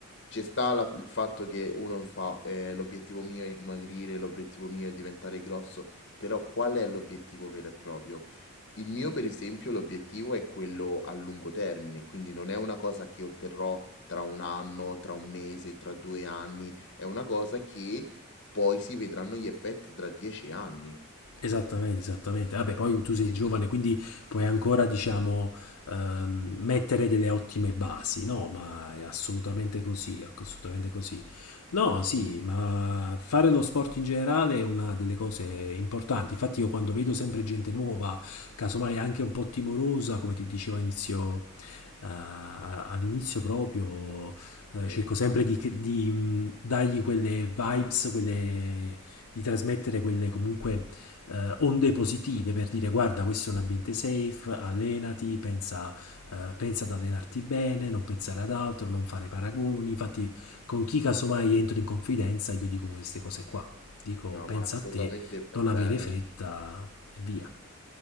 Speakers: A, on the left; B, on the left.
A: ci sta la- il fatto che uno fa, eh, l'obiettivo mio è dimagrire, l'obiettivo mio è diventare grosso. Però qual è l'obiettivo vero e proprio? Il mio, per esempio, l'obiettivo è quello a lungo termine, quindi non è una cosa che otterrò tra un anno, tra un mese, tra due anni, è una cosa che poi si vedranno gli effetti tra dieci anni.
B: Esattamente, esattamente. Vabbè, poi tu sei
A: Dieci
B: giovane,
A: anni.
B: quindi puoi ancora, diciamo, ehm, mettere delle ottime basi, no? Ma è assolutamente così, assolutamente così. No, sì, ma fare lo sport in generale è una delle cose importanti. Infatti io quando vedo sempre gente nuova, casomai anche un po' timorosa, come ti dicevo inizio, eh, all'inizio proprio, eh,
A: Sì,
B: cerco sempre di, di, mh, dargli quelle vibes, quelle, di trasmettere
A: sì.
B: quelle comunque eh, onde positive per dire guarda questo è un ambiente safe, allenati, pensa, eh, pensa ad allenarti bene, non pensare ad altro, non fare paragoni. Infatti con chi casomai entro in confidenza io dico queste cose qua. Dico
A: No,
B: pensa
A: ma assolutamente
B: a te,
A: fai
B: non
A: bene.
B: avere fretta e via.